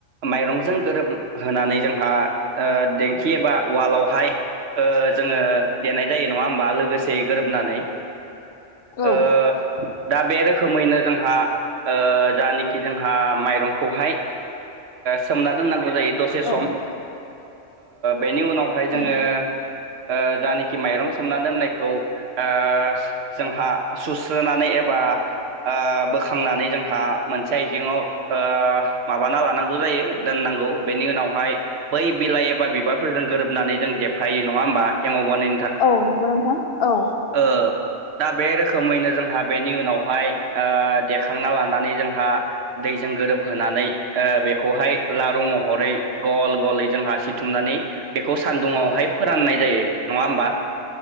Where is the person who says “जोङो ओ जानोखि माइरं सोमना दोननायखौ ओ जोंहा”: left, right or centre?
Right